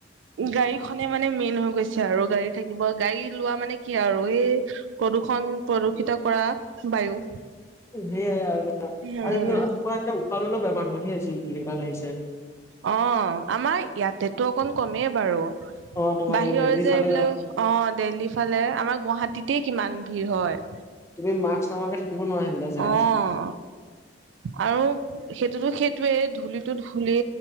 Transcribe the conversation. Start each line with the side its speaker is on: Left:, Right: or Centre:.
Right: গাড়ীখনে মানে মেইন হৈ গৈছে আৰু গাড়ী থাকিব গাড়ী লোৱা মানে কি আৰু এই প্ৰদূ্ষণ প্ৰদূষিত কৰা বায়ু।
Left: সেয়াই আৰু এইটো
Right: উম
Left: তোমাৰ এতিয়া উশাহ ললেও বেমাৰ হয় হে আজি কালি, যিহে দিন কাল আহিছে।
Right: অঁ আমাৰ ইয়াতেতো অকন কমেই বাৰু।
Left: অ তোমাৰ
Right: বাহিৰৰ
Left: এই দেল্হি
Right: যে
Left: ফালে
Right: এইবিলাক অ দেল্হি ইফালে আমাৰ গুৱাহাটীতে কিমান ভিৰ হয়।
Left: তুমি মাস্ক নামাৰাকে থাকিব নোৱাৰা। সেইবিলাক জেগাত।
Right: অঁ আৰু সেইটোতো সেইটোৱেই ধূলিটো ধূলি